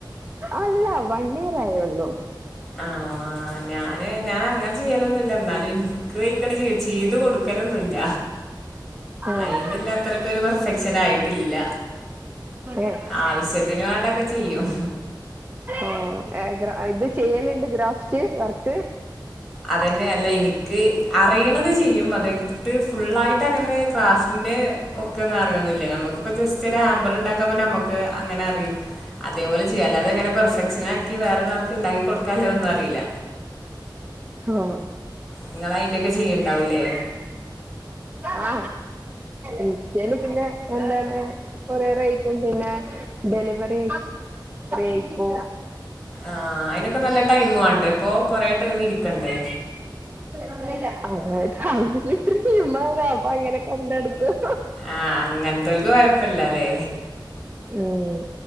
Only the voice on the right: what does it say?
അല്ല വൺ ഇയർ ആയുള്ളൂ.
ഏഹ്
ഏഹ്
ആഹ് ഏ ഗ്ര ഇത് ചെയ്യല്ണ്ട് ഗ്രാഫ്റ്റ് വർക്ക്
ആഹ്
ആ ഇൻസ്റ്റ പിന്നെ എന്താണ് ഡെലിവറി അയക്കും കൊറിയർ അയക്കും ഡെലിവറി അയക്കും
അതായത് അതൊരു ഡ്രീംമാ അങ്ങനെ കൊണ്ടടുക്കും
ഉം.